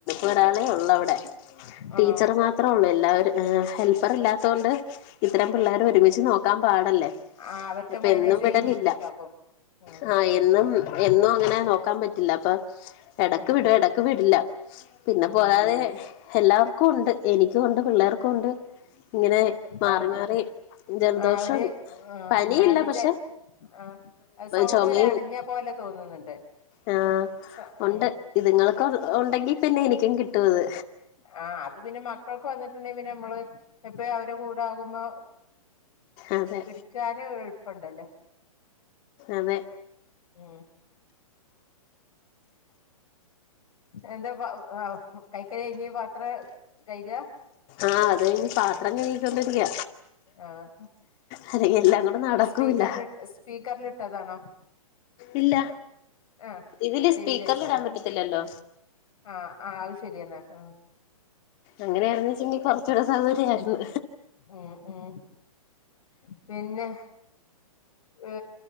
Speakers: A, on the left (about 35°); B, on the left (about 65°).
A: ഒരാളേ ഉള്ളൂ
B: ആഹ്
A: അവിടെ ടീച്ചർ
B: ആഹ്
A: മാത്രമേ ഉള്ളൂ എല്ലാവരും ഹെൽപ്പർ ഇല്ലാത്തത് കൊണ്ട് ഇത്രേം പിള്ളേരെ ഒരുമിച്ച് നോ ക്കാൻ പാടല്ലേ
B: ആഹ് അവർക്ക്
A: അപ്പ
B: മാനേജ്
A: എന്നും
B: ചെയ്യാൻ
A: വിടലില്ല
B: ബുദ്ധിമുട്ടാക്കും ഉം
A: ആ എന്നും എന്നും അങ്ങനെ നോക്കാൻ പറ്റില്ല അപ്പൊ എടക്ക്
B: ഉം
A: വിടും എടക്ക് വിടില്ല. പിന്നെ
B: ഉം
A: പോരാതെ എല്ലാവർക്കും ഉണ്ട് എനിക്കുംണ്ട് പിള്ളേർക്കുംണ്ട്. ഇങ്ങനെ മാറി
B: ആഹ്
A: മാറി ജലദോഷം
B: ആ ഒരു ആഹ്
A: പനിയല്ല
B: ഒരു
A: പക്ഷെ
B: ചെ ആ അത് സൗണ്ട്
A: ചുമയും
B: ഒരു അടഞ്ഞ പോലെ തോന്നുന്നുണ്ട്.
A: ആഹ്
B: സ
A: ഉണ്ട്
B: ഉം
A: ഇതുങ്ങൾക്ക്‌ ഉണ്ടെങ്കി പിന്നെ എനിക്കും കിട്ടും അത്.
B: ആ അത് പിന്നെ മക്കൾക്ക് വന്നിട്ടുണ്ടെങ്കിൽ പിന്നെ നമ്മള് എപ്പഴും അവരെ കൂടാകുമ്പോ
A: അതെ.
B: ക്കാനും എളുപ്പണ്ടല്ലോ.
A: അതെ
B: ഉം എന്താപ്പം കൈക്കല് കഴിഞ്ഞ് പാത്ര കഴ്കാ
A: ആ അത് കഴിഞ്ഞ് പാത്രം കഴുകിക്കൊണ്ടിരിക്ക.
B: ആഹ്
A: അല്ലെങ്കി എല്ലാം കൂടെ നടക്കൂല്ല.
B: സ്പീക്കറിൽ സ്പീക്കറിലിട്ടതാണോ
A: ഇല്ല
B: ആഹ്
A: ഇതില്
B: ചെവിയിൽ
A: സ്പീക്കറിൽ
B: വെച്ചാ
A: ഇടാൻ
B: മതി.
A: പറ്റത്തില്ലല്ലോ.
B: ആഹ് ആ അത് ശരിയന്നാ ആ
A: അങ്ങനെയാണ്ച്ചെങ്കി കൊറച്ചുകൂടെ സൗകര്യയായിരുന്നു.
B: ഹ്ഹ് പിന്നെ ഏ